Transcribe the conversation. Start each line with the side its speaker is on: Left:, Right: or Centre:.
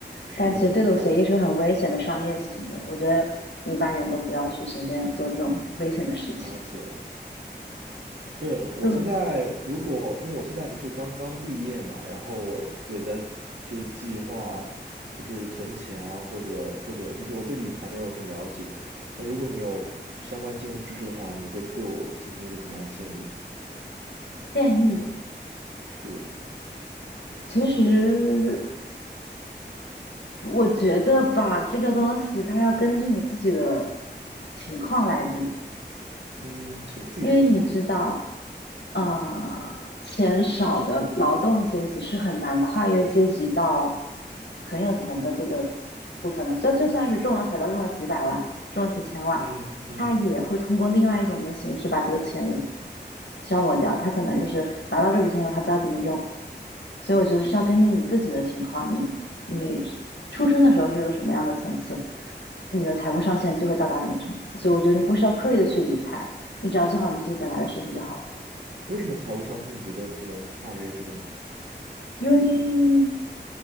Right: 是的，
Left: 但其实对赌协议是个很危险的商业行为，
Right: 懂了，
Left: 我觉得一般人都不要去随便做这种危险的事情。
Right: 了解对了，我现在如果因为我现在不是刚刚毕业嘛，
Left: 就
Right: 然后我有在就是计划就是存钱啊，或者或者就是我对理财没有很了解。那如果你有相关金融知识的话，你会对我进行一个怎么样的建议呢
Left: 建议，
Right: 是，
Left: 其实我觉得吧，这个东西它要根据你自己的情况来定，
Right: 嗯，请自己的情况，
Left: 因为你知道。啊，钱少的劳动阶级是很难跨越阶级到很有钱的这个部分的。就就算是中了彩票中了几百万，中了几千万，
Right: 嗯嗯，
Left: 他也会通过另外一种的形式把这个钱消磨掉。他可能就是拿到这笔钱以后，他不知道怎么用。所以我觉得是要根据你自己的情况，你你出生的时候是个什么样的层次，你的财富上限就会到达哪个层次。所以我觉得你不需要刻意的去理财，你只要做好你自己本来的事情就好了。
Right: 为什么财务上限你觉得不能跨越这个呢？
Left: 因为